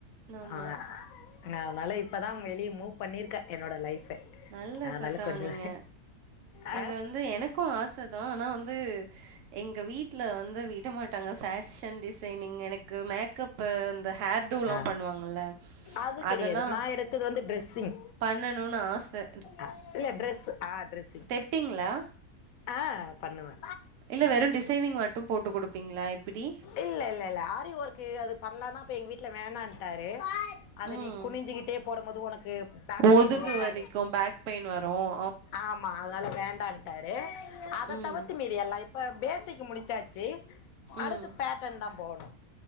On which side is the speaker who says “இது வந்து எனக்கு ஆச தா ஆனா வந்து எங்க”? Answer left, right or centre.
Right